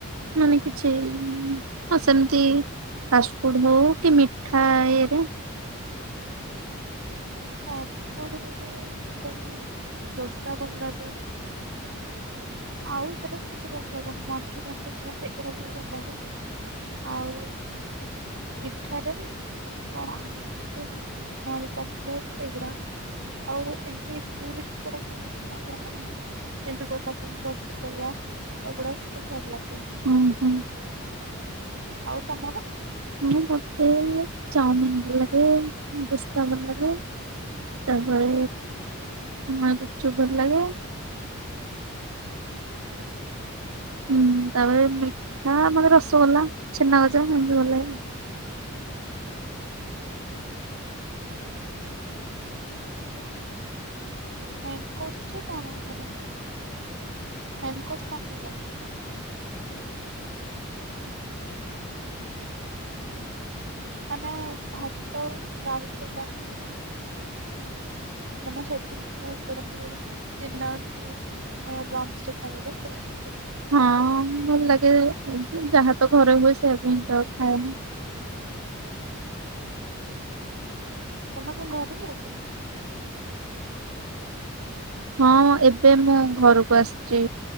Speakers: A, on the right; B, on the right.
A: ମାନେ କିଛି ହଁ ସେମିତି ଫାଷ୍ଟଫୁଡ଼୍ ହଉ କି ମିଠା ଇଏରେ
B: ଫାଷ୍ଟ ଫୁଡ୍ ଇଏରେ ମତେ ଦୋସା ଭଲ ଲାଗେ। ଆଉ ଏତଟା ବି କିଛି ଭଲ ଲାଗେନି, ମଞ୍ଚୁରିଆନ ଫାଞ୍ଜୁରିଆନ ଏଗୁଡା ବି ଭଲ ଲାଗେ। ଆଉ ମିଠା ରେ। କଣ ଆଇସ୍କ୍ରିମ ନହେଲେ ଚକଲେଟ ଏଗୁରା। ଆଉ ଏମତି ସୁଇଟ୍ସ <unintelligible> ଏମିତି ଗୋଲା ଯେ ରସଗୋଲା ଏଗୁଡା କିଛି ଭଲ ଲାଗେ।
A: ହୁଁ ହୁଁ।
B: ଆଉ ତମର?
A: ହୁଁ ମତେ ଚାଉମିିନ ଭଲ ଲଗେ ବିସ୍ତା ଭଲ ଲାଗେ। ତାପରେ ମା ଗୁପ୍ ଚୁପ୍ ଭଲ୍ ଲାଗେ। ହୁଁ ତାପରେ ମିଠା ମାନେ ରସୋଗୋଲା ଛେନା ଗଜା ଏମିତି ଭଲ୍ ଲାଗେ ଆଉ।
B: ମେନକୋର୍ଟସ୍ ରେ କଣ ଭଲ ମେନକୋର୍ଟସ୍ କଣ ଭଲ୍ ଲାଗେ? ମାନେ ଭାତ ରାଇ ତେଲ କୁ ମିସେଇକି ମାନ <unintelligible> କୋଉଡା କୋଉଡା ପିନାକୀ ହଁ ଲଞ୍ଚରେ ଖାଉଲୁ ସେଇ ଫ୍ରୁଟ୍।
A: ହଁ ଭଲ୍ ଲାଗେ ଏମତି ଯାହା ତ ଘରେ ହୁଏ ସେୟାକୁ ହିଁ ତ ଖାଏନା।
B: ତମେ କଣ ଘରେ ରହୁଚ?
A: ହଁ ଏବେ ମୁଁ ଘରୁକୁ ଆସଚି